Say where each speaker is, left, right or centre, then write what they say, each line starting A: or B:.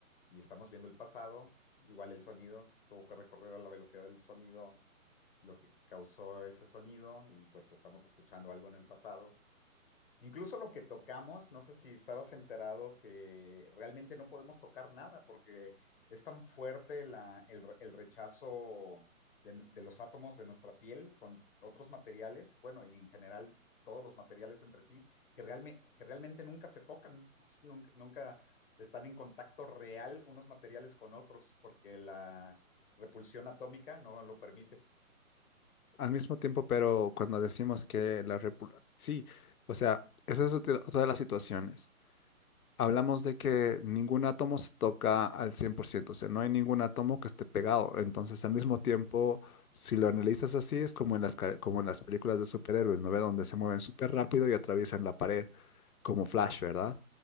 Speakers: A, on the left; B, on the left.
A: y estamos viendo el pasado. Igual el sonido tuvo que recorrer a la velocidad del sonido lo que causó ese sonido y pues estamos escuchando algo en el pasado. Incluso lo que tocamos, no sé si estabas enterado que realmente no podemos tocar nada porque es tan fuerte la- el, re- el rechazo de, de los átomos de nuestra piel con otros materiales, bueno, y en general todos los materiales entre sí, que, realme- que realmente nunca se tocan, <laughs> o sea, nunca, nunca están en contacto real unos materiales con otros porque la repulsión atómica no lo permite.
B: Al mismo tiempo, pero cuando decimos que la república, sí, o sea, esa es otra otra de las situaciones. hablamos de que ningún átomo se toca al 100%, o sea, no hay ningún átomo que esté pegado. Entonces, al mismo tiempo, si lo analizas así, es como en las, ca- como en las películas de superhéroes, ¿no ve? Donde se mueven súper rápido y atraviesan la pared, como Flash, ¿verdad?